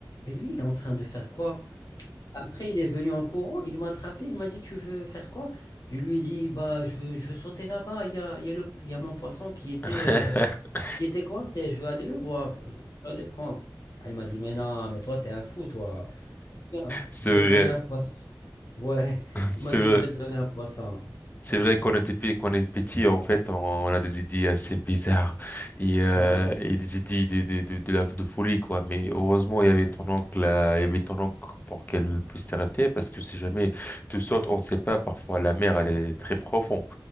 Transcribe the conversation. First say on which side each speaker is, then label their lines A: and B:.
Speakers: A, on the left; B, on the left.
A: mais lui, il est en train de faire quoi? Après, il est venu en courant, il m'a attrapé, il m'a dit, tu veux faire quoi? Je lui ai dit, bah, je veux, je veux sauter là-bas, il y a, il y a le, il y a mon poisson qui était,
B: <laughs>
A: euh, qui était coincé, je veux aller le voir, je veux aller le prendre. Elle m'a dit, mais non, mais toi, t'es un fou, toi. Tiens,
B: C'est
A: je vais te
B: vrai,
A: donner un poisson. Ouais, il
B: c'est
A: m'a dit,
B: vrai.
A: je vais te donner un poisson.
B: C'est vrai qu'on était pe- qu'on est petit, en fait, on a des idées assez bizarres et, euh,
A: Ouais,
B: et des idées de, de, de, de, la- de folie, quoi. Mais heureusement, il y avait ton oncle, euh, il y avait ton oncle pour qu'elle puisse t'arrêter parce que si jamais tu sautes, on ne sait pas, parfois la mer, elle est très profonde.